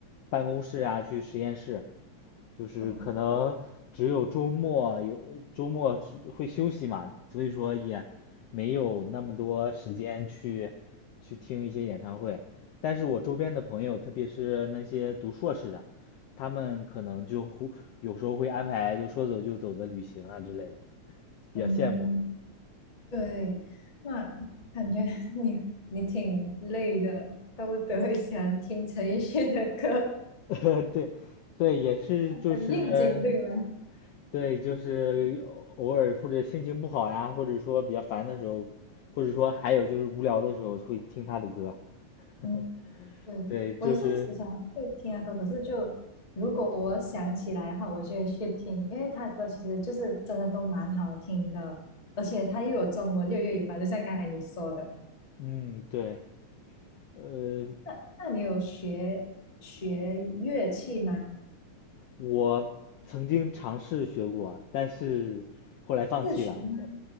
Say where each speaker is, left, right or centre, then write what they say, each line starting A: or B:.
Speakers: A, on the left; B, on the left.
A: 办公室啊，去实验室，就是可能只有周末有周末去会休息嘛，
B: 哦，
A: 所以说也没有那么多时间去去听一些演唱会。但是我周边的朋友，特别是那些读硕士的，他们可能就会有时候会安排就说走就走的旅行啊之类的，比较羡慕。
B: 嗯，对，那感觉你你挺累的，都不得会喜欢听陈奕迅的歌，
A: <laughs> 对，对，也是就是
B: 很应景，对吗？
A: 对，就是偶尔或者心情不好呀，或者说比较烦的时候，或者说还有就是无聊的时候会听他的歌
B: 嗯，
A: <laughs>。
B: 对，
A: 对，就是，
B: 我也是时常会听他歌，可是就如果我想起来的话，我就会去听，因为他的歌其实就是真的都蛮好听的，而且他又有中文又有粤语版，就像刚才你说的。
A: 嗯，对，呃，
B: 那那你有学学乐器吗？
A: 我曾经尝试学过，但是后来放弃了。
B: 自学吗？